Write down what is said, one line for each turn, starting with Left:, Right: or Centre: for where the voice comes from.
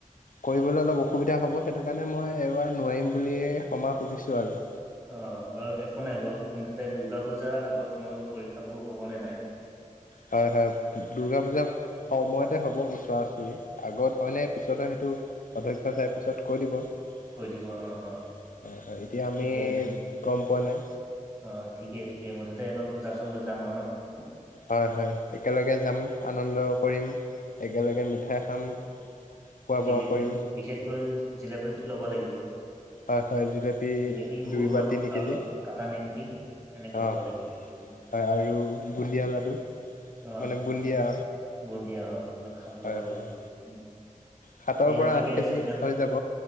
Left: কৰিবলৈ অলপ অসুবিধা হ'ব সেইটো কাৰণে মই এবাৰ নোৱাৰিম বুলিয়েই ক্ষমা খুজিছো আৰু
Right: অ বাৰু একো নাই বাৰু মুঠতে দুৰ্গা পূজাৰ আগত তোমালোকৰ পৰীক্ষাবোৰ হ'বনে নাই?
Left: হয় -হয় দুৰ্গা পূজা সময়তে হ'ব ওচৰা- ওচৰি আগত হয় নে পিছত সেইটো প ক <unintelligible>
Right: কৈ দিব অ অ
Left: হয়- হয় এতিয়া আমি
Right: ঠিকেই মই
Left: গম পোৱা নাই।
Right: অ ঠিকে- ঠিকে মুঠতে এবাৰ পূজা চাবলে যাম ন ন
Left: হয়- হয় একেলগে যাম আনন্দ কৰিম একেলগে মিঠাই খাম। খোৱা
Right: জিল
Left: বোৱা কৰিম
Right: বিশেষকৈ জিলাপতিটো লব লাগিব।
Left: হয় হয় জিলপী
Right: জিলেপি খুৰমা
Left: দুই বা তিনি
Right: আৰু
Left: কেজি
Right: কাটা নিমকি এনেকে
Left: অঁ
Right: ল'ব লাগিব উম,
Left: হয় আৰু বুন্দিয়া লাডু।
Right: অ
Left: মানে বুন্দিয়া।
Right: এই বুন্দিয়া অ ল'ব
Left: হয়
Right: লাগিব
Left: হয়
Right: উম।
Left: সাতৰ
Right: দিয়া
Left: পৰা
Right: ঠিকে
Left: আঠ কেজি
Right: আছে ন
Left: হৈ যাব